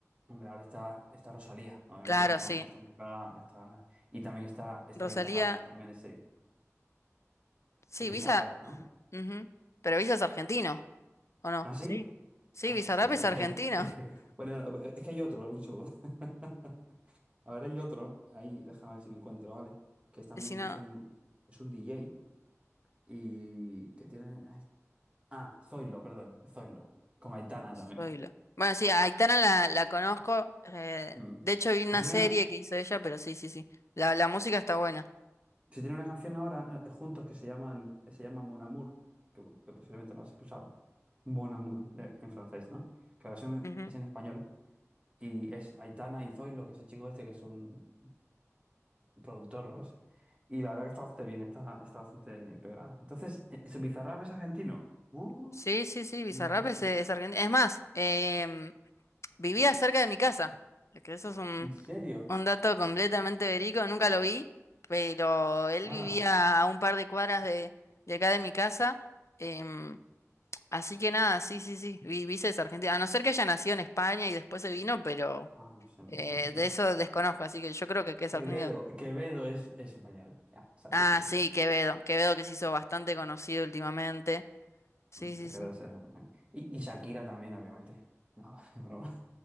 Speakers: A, on the right; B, on the left.
A: hombre, ahora está, está Rosalía, obviamente,
B: Claro,
A: que está,
B: sí.
A: está muy pegada, que está, y también está, está
B: Rosalía,
A: Bizarrap, también ese,
B: sí,
A: ese Bizarrap,
B: Visa,
A: ¿no?
B: ujú. Pero Visa es argentino, ¿o no?
A: ¿Ah, sí?
B: Sí. Sí,
A: Ah,
B: Bizarrap
A: qué sé yo.
B: es
A: <laughs>
B: argentino.
A: Es
B: <laughs>
A: que- Bueno, no, es que hay otro, un segundo. <laughs> A ver, hay otro, ahí, déjame ver si lo encuentro, ¿vale? Que es también,
B: Y Si no,
A: que es un, es un DJ y que tiene... ay, ah, Zoilo, perdón, Zoilo, con Aitana también.
B: oílo. Bueno, sí, a Aitana la, la conozco. eh,
A: Mm.
B: de hecho, vi una
A: Pues tiene
B: serie
A: una,
B: que hizo ella, pero sí, sí, sí. La, la música está buena.
A: si tiene una canción ahora eh, juntos que se llaman, eh, se llama Mon Amour, que, que posiblemente lo has escuchado. Bon Amour, eh, en francés, ¿no? Que la versión
B: Ujú.
A: es en español. Y es Aitana y Zoilo, que es el chico este, que es un, un productor. ¿no? Y la verdad que está bastante bien, está, está bastante pegada. Entonces, ¿e- ¿ese Bizarrap es argentino? Uh,
B: Sí, sí, sí, Bizarrap
A: mira ese.
B: es, es argentino. Es más, em, vivía cerca de mi casa. Que eso es un,
A: ¿En serio?
B: Un dato completamente verico, nunca lo vi, pero él
A: Ah,
B: vivía a un par de cuadras de, de acá de mi casa. em, así que nada, sí, sí, sí, vi, vi esa Argentina. A no ser que haya nacido en España y después se vino, pero
A: ah, no sé, no
B: eh,
A: sé, no sé.
B: de eso desconozco, así que yo creo que, que es
A: Quevedo,
B: argentino.
A: Quevedo es, es español. Ya, sabía
B: Ah,
A: eso.
B: sí, Quevedo, Quevedo que se hizo bastante conocido últimamente. Sí, sí,
A: Te quedas,
B: sí.
A: eh, Y, y Shakira también, obviamente. No, <laughs> es broma.